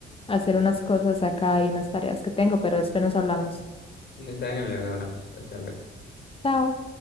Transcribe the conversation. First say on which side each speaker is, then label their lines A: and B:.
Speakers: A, on the left; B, on the left.
A: hacer unas cosas acá y unas tareas que tengo, pero después nos hablamos.
B: Está bien, luego hablamos. Hasta luego.
A: Chao.